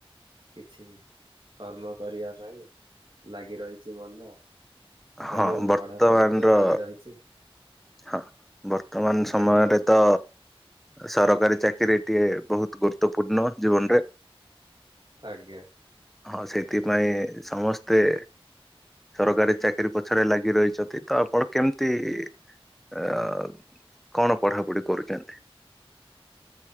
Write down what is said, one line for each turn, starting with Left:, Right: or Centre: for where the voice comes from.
Right: କିଛି କର୍ମ କରିବା ପାଇଁ ଲାଗି ରହିଚି ମନ।
Centre: ହଁ
Right: ତେଣୁ
Centre: ବର୍ତ୍ତମାନ୍
Right: ପଢାପଢି ତ
Centre: ର
Right: ଚାଲି ରହିଛି
Centre: ହଁ ବର୍ତ୍ତମାନ୍ ସମୟରେ
Right: ଆଜ୍ଞା
Centre: ତ ସରକାରୀ ଚାକିରିୀ ଟିଏ ବହୁତ ଗୁରୁତ୍ୱପୂର୍ଣ୍ଣ ଜୀବନରେ।
Right: ଆଜ୍ଞା।
Centre: ହଁ ସେଇଥିପାଇଁ ସମସ୍ତେ ସରକାରୀ ଚାକିରୀ ପଛରେ ଲାଗି ରହିଛନ୍ତି ତ ଆପଣ କେମ୍ତି କଁ କଣ ପଢ଼ାପଢ଼ି କରୁଚନ୍ତି?